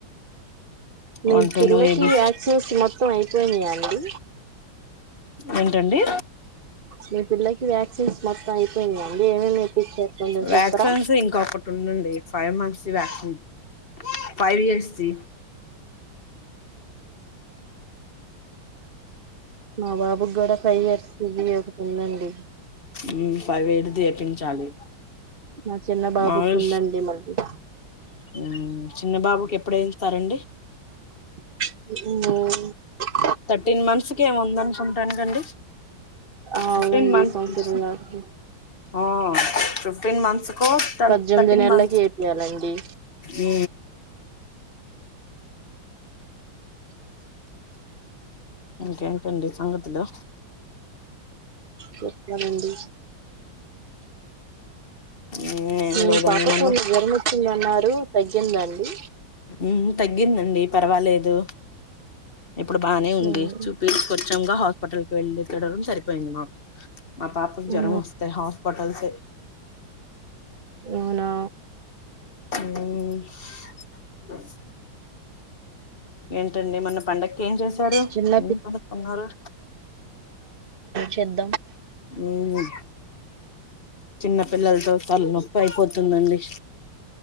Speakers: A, on the right (about 30°); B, on the left (about 35°).
A: మీ
B: వన్ టూ
A: పిల్లకి
B: లో ఏబి
A: యాక్సిన్స్ మొత్తం అయిపోయినాయ అండి.
B: ఏంటండి
A: మీ పిల్లకి వ్యాక్సిన్స్ మొత్తం ఐ అండి ఏమేమీపిచ్చకుందో
B: వ్యాక్సిన్స్
A: చెప్పరా
B: ఇంకొకటి ఉందండి five months vaccine five years ది
A: మా బాబుకి గూడా ఫైవ్ ఇయర్స్ ఇవి ఒకటుందండి.
B: ఉమ్ ఫైవ్ ఇయర్స్ ది ఏపించాలి
A: మా చిన్న బాబుకు
B: మాములు
A: ఉందండి మళ్ళీ
B: ఉమ్ చిన్న బాబుకి ఎప్పుడు ఏయిస్తారండి.
A: ఉ
B: థర్టీన్ మంత్స్ కేమో ఉందనుకుంటాను అండి
A: అవునండి
B: ఫిఫ్టీన్ మంత్స్
A: సంవత్సరంన్నరకి
B: ఆ ఫిఫ్టీన్ మంత్స్ కో థట్
A: పద్దెనిమిది
B: థర్టీన్
A: నెలలకి
B: మంత్స్
A: వేపియాలండి
B: ఊ ఇంకేంటండి సంగతులు
A: చెప్పాలండి
B: ఏం
A: మీ
B: లేదండి
A: పాపకేమో
B: మొన్న
A: జ్వరం వచ్చిందన్నారు తగ్గింద అండి
B: ఉమ్ తగ్గిందండి పర్వాలేదు. ఇప్పుడు బానే ఉంది.
A: ఉమ్
B: చూపిచ్చుకొచ్చంగ హాస్పిటల్ కి వెళ్ళి ఇప్పుడు సరిపోయింది మాకు. మా పాపకు జ్వరం
A: ఉమ్
B: వస్తే హాస్పిటల్స్ ఏ
A: అవునా
B: ఊమ్ ఏంటండి మొన్న పండగకి ఏం చేశారు.
A: చిన్న
B: ఏం వండుకున్నారు.
A: చెద్
B: ఉ చిన్నపిల్లలతో తలనొప్పి అయిపోతుందండి.